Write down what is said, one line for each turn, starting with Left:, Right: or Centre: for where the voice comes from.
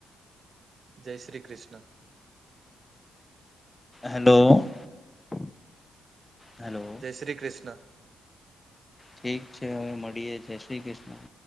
Right: જય શ્રી કૃષ્ણ.
Left: હેલો. હેલો
Right: જય શ્રી કૃષ્ણ.
Left: ઠીક છે હવે મળીએ છે જય શ્રી કૃષ્ણ.